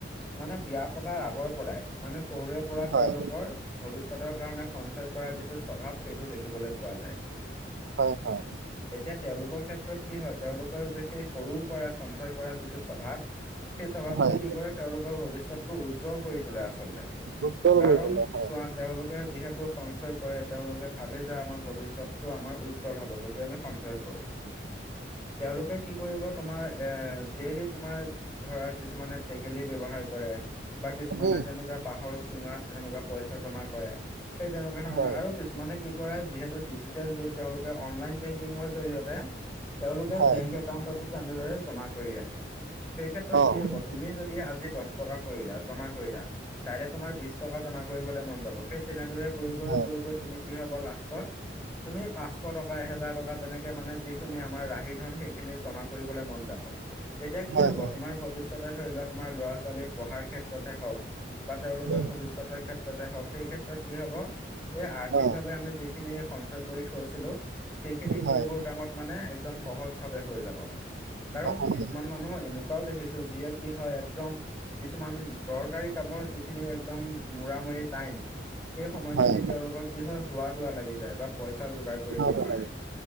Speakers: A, in the centre; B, on the right (about 75°).
A: মানে বিয়া পতাৰ আগৰ পৰাই, মানে সৰুৰে পৰা
B: হয়
A: তেওঁলোকৰ ভৱিষ্যতৰ কাৰণে সঞ্চয় কৰা যিটো স্বভাৱ সেইটো দেখিবলৈ পোৱা যায়।
B: হয়, হয়।
A: এতিয়া তেওঁলোকৰ ক্ষেত্ৰত কি হয়, তেওঁলোকৰ যে সেই সৰুৰ পৰাই সঞ্চয় কৰা যিটো স্বভাৱ। সেই স্বভাৱটোৱে
B: হয়
A: কি কৰে তেওঁলোকৰ ভৱিষ্যতটো উজ্জ্বল কৰি তোলে আচলতে।
B: উজ্জ্বল
A: কাৰণ,
B: কৰি তোলে হয়
A: চোৱা তেওঁলোকে যিহেতু সঞ্চয় কৰে, তেওঁলোকে ভাবে যে আমাৰ ভৱিষ্যতটো আমাৰ উজ্জ্বল হ'ব যদি আমি সঞ্চয় কৰোঁ।
B: <unintelligible>
A: তেওঁলোকে কি কৰিব তোমাৰ এ ডেইলি তোমাৰ ধৰা কিছুমানে টেকেলি ব্যৱহাৰ কৰে, বা কিছুমানে
B: উম
A: তেনেকুৱা বাঁহৰ চুঙাত এনেকুৱা পইচা জমা কৰে। সেই তেনেকুৱা ধৰণৰ
B: হয়
A: আৰু কিছু মানে কি কৰে যিহেতু ডিজিটেল যুগ তেওঁলোকে অনলাইন বেংকিঙৰ জৰিয়তে তেওঁলোকে
B: হয়
A: বেংক একাউণ্টতো তেনেদৰে জমা কৰি ৰাখে, সেই ক্ষেত্ৰত
B: অ
A: কি হ'ব
B: উম
A: তুমি যদি আজি দহ টকা কৰিলা জমা কৰিলা, কাইলৈ তোমাৰ বিশ টকা জমা কৰিবলে মন যাব। সেই তেনেদৰে গৈ
B: হয়
A: গৈ গৈ গৈ তুমি কি হ'ব লাষ্টত তুমি পাঁচশ টকা এহেজাৰ টকা তেনেকে মানে যিখিনি আমাৰ ৰাহি ধন সেইখিনি জা কৰিবলে মন যাব। তেতিয়া কি হব
B: হয় হয়
A: তোমাৰ ভৱিষ্যতে ধৰি লোৱা তোমাৰ ল'ৰা ছোৱালীয়ে পঢ়াৰ ক্ষেত্ৰতে হওঁক বা তেওঁলোকৰ
B: উম
A: ভৱিষ্যতৰ ক্ষেত্ৰতে হওঁক সেই ক্ষেত্ৰত কি হ'ব এই আৰ্থিকভাৱে
B: অ
A: আমি যিখিনি সঞ্চয় কৰি থৈছিলো সেইখিনি
B: হয়
A: সেইবোৰ কামত মানে একদম সহজ ভাৱে হৈ যাব। কাৰণ
B: অ হয়
A: কিছুমান মান নুহ এনেকুৱাও দেখিছো যিয়ে কি হয় একদম কিছুমান দৰকাৰী কামৰ যিখিনি একদম মুৰা মুৰি টাইম সেই সময়খিনিত
B: হয়
A: তেওঁলোকৰ কি হয় হুৱা দুৱ লাগি যায় বা পইচা যোগাৰ কৰিব
B: ভাল নালাগে
A: নোৱাৰে।